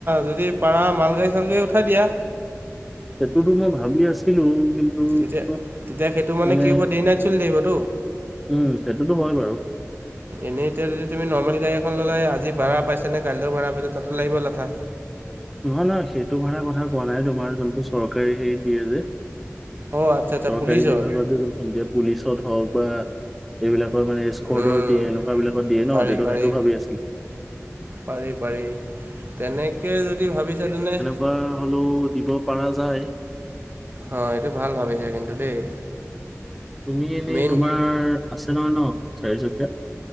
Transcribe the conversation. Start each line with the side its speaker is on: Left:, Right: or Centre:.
Right: যদি পাৰা মালগাড়ী-চালগাড়ী উ ঠাই দিয়া।
Centre: সেইটোতো মই ভাবি আছিলো কিন ন্তু
Right: তেতিয়া
Centre: তোমাৰ
Right: তেতিয়া সেইটো
Centre: মানে
Right: কি হ'ব ডে নাইট চলি থাকিবতো
Centre: উম সেইটোতো হয় বাৰু। <inaudible>
Right: এনে এতিয়া যদি তুমি নৰ্মেল গাড়ী এখন ল'লা এ আজি ভাড়া পাইনে নে কাইলে ভাড়া পাইছে তাতো লাগিব লেঠা।
Centre: নহয়, নহয় সেইটো ভাড়া কথা কোৱা নাই। তোমাৰ যোনটো চৰকাৰী হেৰিত দিয়ে যে।
Right: অ, আচ্ছা আচ্ছা
Centre: চৰকাৰী
Right: পুলিচৰ
Centre: বিভাগত যে যোন সন্ধিয়া পুলিচত হ'ক বা এইবিলাকৰ মানে স্কৰ্ডৰ
Right: উম,
Centre: টি এনেকুৱা বিলাকত দিয়ে ন,
Right: পাৰি
Centre: সেইটো-সেইটো
Right: পাৰি
Centre: ভাবি আছিলো।
Right: পাৰি, পাৰি। তেনেকে যদি ভাবিছা তেনে
Centre: এবাৰ হ'লেও দিব পাৰা যায়।
Right: অ এইটো ভাল ভাবিছা কিন্তু দেই।
Centre: তুমি এনেই
Right: মেইন
Centre: তোমাৰ আছে নহয় ন চাৰিচকীয়া?